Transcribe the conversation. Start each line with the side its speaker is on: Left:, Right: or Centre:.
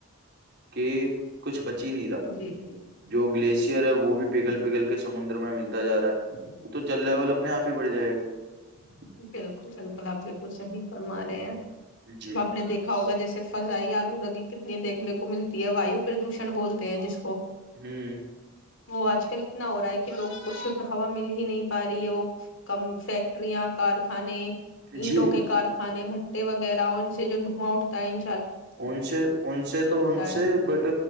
Right: کہ کچھ ب چ نہیں تھا
Left: جی جی
Right: جو گش وہ بھی پگل پگل کے سمندر میں ملتا جا رہا ہے وہ تو چل رہا ہے بول اپنے آپ ہی بڑ جائے گا
Left: بالکل بالکل آپ بالکل صحیح فرما رہے ہیں
Right: جی
Left: ا آپ نے دیکھا ہوگا جیسے فضائی آلو رگی کتنی دیکھنے کو ملتی ہے وایو پردوشن بولتے ہیں جس کو
Right: ہوں
Left: وہ آج کل ن ہوور ہے کے لوگ کچھ ہوا مل ہی نہیں پا رہی ہے وہ کم فیکٹریاں کارخانے
Right: جی
Left: اینٹوں کے کارخانے ب وغیرہ اور ان سے جو دواں اٹتا ہے ان
Right: ان سے ان سے تو ان
Left: ہے
Right: سے بٹ